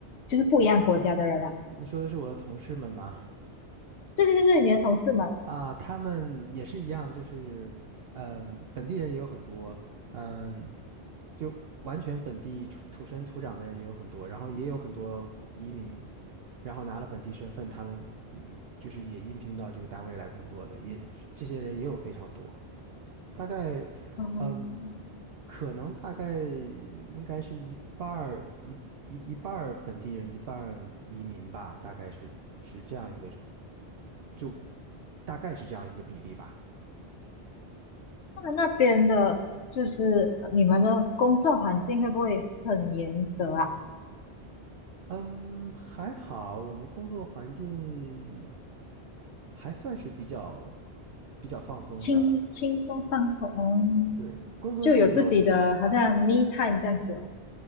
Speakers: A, on the left; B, on the right.
A: 就是不一样国家的人啊？
B: 你你说的是我的同事们吗？
A: 对对对对，你的同事们，
B: 啊，他们也是一样，就是嗯，本地人也有很多，嗯。就完全本地出土生土长的人也有很多，然后也有很多移民，然后拿了本地身份，他们也就是也应聘到这个单位来工作的，也这些人也有非常多，大概，
A: 哦、
B: 嗯，可能大概应该是一半儿一一一半儿本地人，一半儿移民吧，大概是是这样一个，就大概是这样一个比例吧。
A: 他们那边的就是呃你们的工作环境会不会很严格啊？
B: 嗯，还好，我们工作环境还算是比较比较放松的。
A: 轻轻松放松，哦
B: 对，工作内容，
A: 就有自己的好像 me time 这样子哦，